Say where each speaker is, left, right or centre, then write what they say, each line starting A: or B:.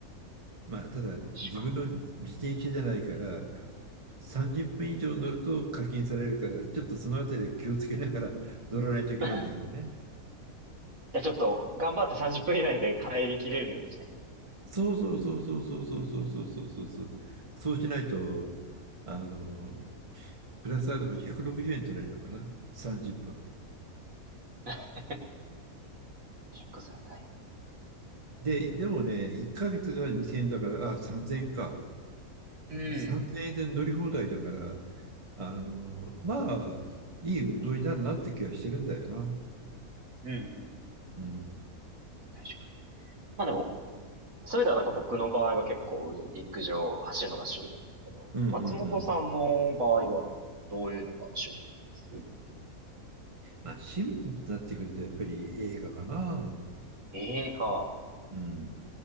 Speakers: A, on the right (about 20°); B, on the right (about 65°).
A: まあ、ただ、
B: 楽しいか。
A: 自分の自転車じゃないから、30分以上乗ると課金されるから、ちょっとそのあたり気をつけながら <laughs> 乗らないといけないんだけどね。
B: <laughs> じゃあちょっと頑張って30分以内で帰りきれるようにしなきゃいけない。
A: そうそうそうそうそうそうそうそうそうそうそう。そうしないと、あの、プラスアルファ160円取れるのかな、30分。
B: <laughs> 結構それは大
A: で、でもね、1ヶ月が2000円だから、あ、3000円か。
B: 変。うん。
A: 3000円で乗り放題だから、あの、まあ、いい運動になるなって気はしてるんだよな。
B: うんうんうんうん。
A: うん。
B: 確かに。まあでも、そういう意味ではなんか僕の場合は結構陸上走るのが趣味だったけど、
A: うんうんうんうん。
B: 松本さんの場合はどういうのが趣味だったりする
A: まあ、趣味になってくると、やっぱり映画かな。
B: 映画、
A: うん。